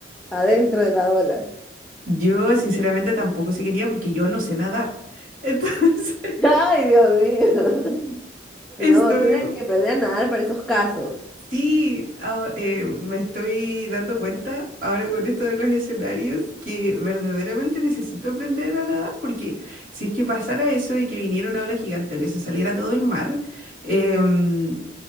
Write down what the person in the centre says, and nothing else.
adentro de la ola.
<laughs> ¡Ay, Dios mío! <laughs>
No, tienen que aprender a nadar para esos casos.